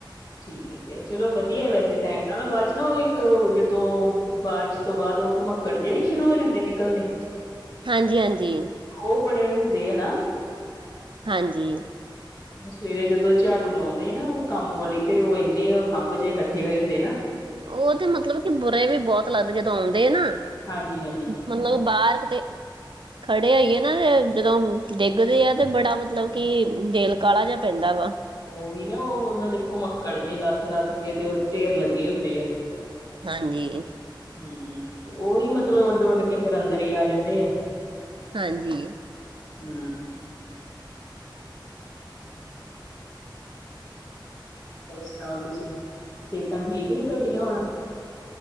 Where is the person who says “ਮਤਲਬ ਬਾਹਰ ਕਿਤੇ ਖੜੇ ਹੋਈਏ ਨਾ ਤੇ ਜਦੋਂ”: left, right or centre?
Right